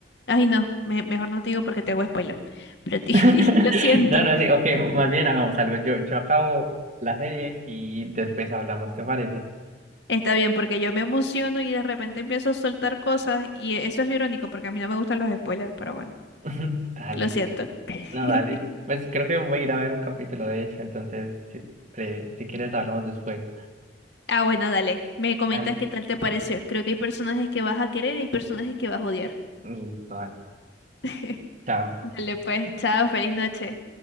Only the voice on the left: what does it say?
Ay, no, me- mejor no te digo porque te hago spoiler. Pero te-
<laughs> lo siento.
Está bien, porque yo me emociono y de repente empiezo a soltar cosas y eso es lo irónico, porque a mí no me gustan los spoilers, pero bueno,
lo siento. <laughs>
Ah, bueno, dale. Me comentas
qué tal te pareció. Creo que hay personajes que vas a querer y hay personajes que vas a odiar.
<laughs>
Dale, pues, chao, feliz noche.